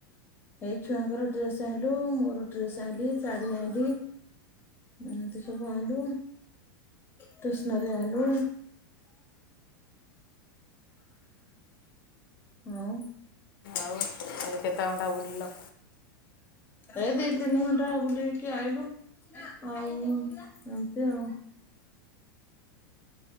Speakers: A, on the left; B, on the left.
A: ଏଇ ଛୁଆଙ୍କର ଡ୍ରେସ୍ ଆଇଲୁ ମୋର ଡ୍ରେସ ଆଇଲି ଶାଢ଼ୀ ଆଇଲି ଏମିତି ସବୁ ଆଇଲୁ ଷ୍ଟେସନାରୀ ଆଇଲୁ। ହଁ
B: ଆଉ କେତେ ଘଣ୍ଟା ବୁଲିଲ?
A: ଏଇ ଦି ତିନି ଘଣ୍ଟା ବୁଲିକି ଟିକେ ଆଇଲୁ ଆଉ ଏମତି ଆଉ।